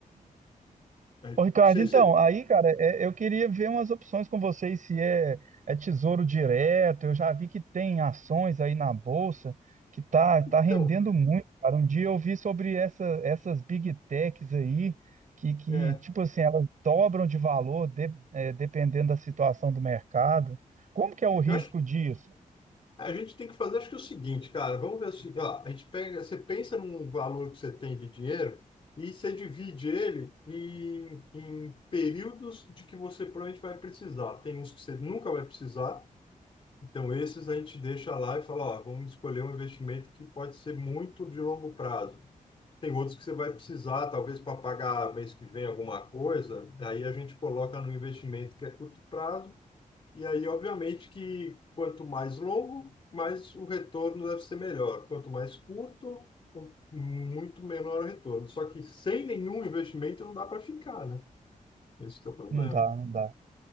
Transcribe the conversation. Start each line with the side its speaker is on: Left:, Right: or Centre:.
Left: Aí,
Right: Ô, Ricardo,
Left: cê-
Right: então,
Left: cê-
Right: aí, cara, é- eu queria ver umas opções com vocês, se é, é tesouro direto, eu já vi que tem ações aí na bolsa, que tá, tá
Left: então,
Right: rendendo muito, cara. Um dia eu vi sobre essa- essas big techs aí, que, que,
Left: é,
Right: tipo assim, elas dobram de valor de- é, dependendo da situação do mercado. Como que é o risco
Left: eu acho que
Right: disso?
Left: a gente tem que fazer, acho que é o seguinte, cara, vamos ver assim ó, a gente pega, você pensa num valor que você tem de dinheiro e você divide ele em, em períodos de que você provavelmente vai precisar. Tem uns que você nunca vai precisar, Então, esses a gente deixa lá e fala, ó, vamos escolher um investimento que pode ser muito de longo prazo. Tem outros que você vai precisar, talvez para pagar mês que vem alguma coisa, aí a gente coloca no investimento que é curto prazo, e aí, obviamente, que quanto mais longo, mais o retorno deve ser melhor. Quanto mais curto, com muito menor o retorno. Só que sem nenhum investimento não dá para ficar, né? Esse que é o problema.
Right: Não dá, não dá.